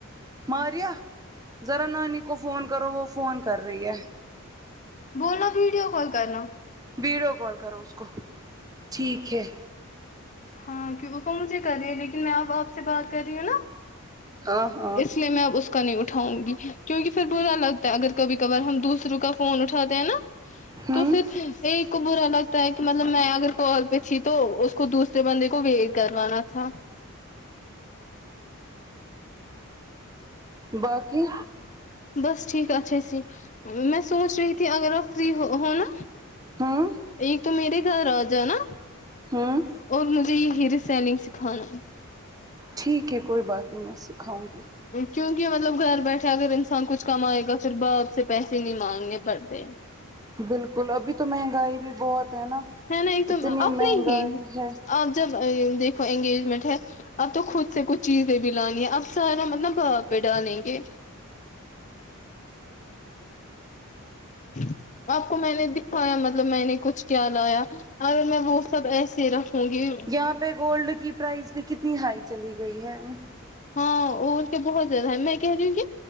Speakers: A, on the right; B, on the left.
A: ماریا ذرا نانی کو فون کرو وہ فون کر رہی ہے
B: بولنا ویڈیو کال کرنا
A: ویڈیو کال کرو اس کو ٹھیک ہے
B: ہاں کی تومس کرے لیکن میں اب آپ سے بات کر رہی ہوں نا
A: ہاں ہاں
B: اس لیے میں اب اس کو کا نہیں اٹھاؤں گی کیونکہ پھر برا لگتا ہے اگر کبھی کبار ہم دوسروں کا فون اٹھاتے ہیں نا
A: ہوں
B: تو پھر ایک کو برا لگتا ہے کہ مطلب میں اگر کال پہ تھی تو اس کو دوسرا بندے کو ویٹ کروانا تھا
A: باقی
B: بس ٹھیک اچھے سے میں سوچ رہی تھی اگر آپ فری ھو ہونا
A: ہوں
B: ایک تو میرے گھر آجا نا
A: ھم
B: اور مجھے یہ ہیئر سیلنگ سکھانا
A: ٹھیک ہے کوئی بات نہیں میں سکھاؤں گی
B: کیونکہ مطلب گھر بیٹھے اگر انسان کچھ کمائے گا پھر باپ سے پیسے نہیں مانگنے پڑتے
A: بالکل ابھی تو مہنگائی بھی بہت ہے نا
B: ہے نا ایک تو
A: اتنی
B: اپنے
A: مہنگائی
B: ہی
A: ہے
B: اب جب دیکھو انگیجمنٹ ہے اب تو خود سے کچھ چیزیں بھی لانی ہے اب سارا مطلب باں پہ ڈالیں گے ج آپ کو میں نے دکھایا مطلب میں نے کچھ کیا لایا اگر میں وہ سب ایسے رہ ہونگی
A: یہاں پہ گولڈ کی پرائز بھی کتنی ہائی چلی گئی ہے ن
B: ہاں وہ کہ بہت زیادہ ہے میں کیا جی کہ